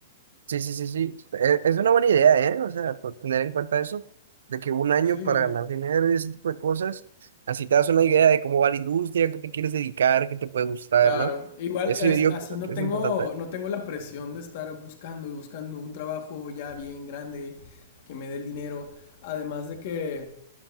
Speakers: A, on the right (about 85°); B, on the left (about 55°).
A: Sí, sí, sí, sí. E- Es una buena idea, ¿eh? O sea, por tener en cuenta eso, de que un año
B: Sí,
A: para ganar dinero y ese tipo de cosas, así te das una idea de cómo va la industria, qué te quieres dedicar, qué te puede gustar,
B: claro.
A: ¿no?
B: Igual
A: Eso
B: es-
A: yo digo
B: así no
A: que
B: tengo,
A: es importante.
B: no tengo la presión de estar buscando y buscando un trabajo ya bien grande que me dé el dinero. Además de que,